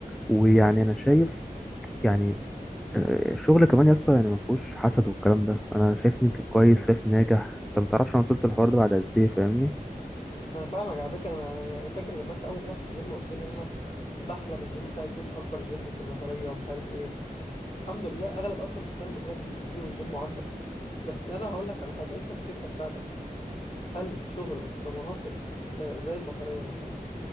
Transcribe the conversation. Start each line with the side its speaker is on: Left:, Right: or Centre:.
Centre: ويعني أنا شايف يعني آه، الشغل كمان يا اسطى يعني ما فيهوش حسد والكلام ده أنا شايف إن أنت كويس شايف ناجح أنت ما تعرفش أنا وصلت للحوار ده بعد قد إيه فاهمني
Left: انا فاهمك على فكره انا انا أنا فاكر لما انت اول ما فتحت الجيم قلت لي ان انا بحلم الجيم بتاعي يكون اكبر جيم في المطريه ومش عارف ايه الحمد لله اغلب اصلا سكان المطريه بيجوا يجيموا عندك بس انا هقول لك على حاجه انت الفكره بتاعتك هل شغلك في مناطق آه، زي المطريه مثلا